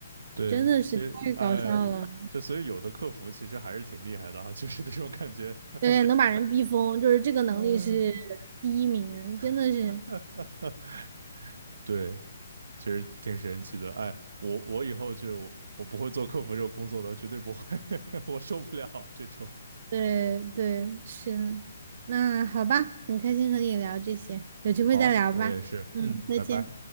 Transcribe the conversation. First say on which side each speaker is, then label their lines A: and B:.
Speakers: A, on the right; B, on the right.
A: 对，
B: 真的是太搞笑了。
A: 其实哎呀，这所以有的客服其实还是挺厉害的啊，就是那种感觉，
B: 对，能 <laughs> 把人逼疯，就是这个能力是第一名，
A: 嗯，
B: 真的是，
A: <laughs> 对，其实挺神奇的。哎，我我以后就我不会做客服这个工作的，绝对不会，<laughs> 我受不了这种。
B: 对对，是的。那好吧，很开心和你聊这些，有机会再聊吧。
A: 好，我也是，
B: 嗯，
A: 嗯，
B: 再见。
A: 拜拜。